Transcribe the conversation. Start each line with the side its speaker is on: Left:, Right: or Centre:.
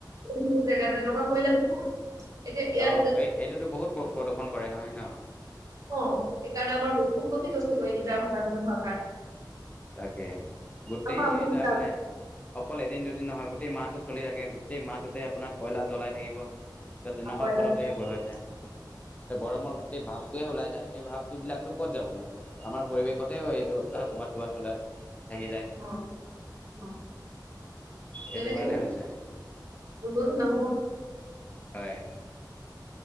Right: মোৰ জেগাত এনেকুৱা কৰিলে এতিয়া ইয়াত
Left: অ' এই এইটোতো বহুত প্ৰদূষণ কৰে নহয় ন।
Right: অ' এইকাৰণে আমাৰ <unintelligible> গৈছে গৈ ইটাৰ ভাটা বিলাক হোৱাৰ কাৰণে।
Left: তাকে, গোটেই
Right: আমাৰ অসুবিধা
Left: ইটা মানে অকল এদিন দুদিন নহয় গোটেই মাহটো চলি থাকে। গোটেই মাহটো তে আপোনাৰ কয়লা জ্বলাই থাকিব চ তেনেকুৱা
Right: নহয়
Left: ফলতে
Right: ন
Left: এইবোৰ হৈছে। গৰমৰ গোটেই ভাৱটোৱে ওলাই যায় এই ভাৱ বস্তু বিলাকতো ক'ত যাব গে নো? আমাৰ পৰিৱেশতে এইটো ক'বাত ক'বাত হ'লে।
Right: <unintelligible>
Left: থাকি যায়
Right: <unintelligible>
Left: এইটো কাৰণে হৈছে হয়।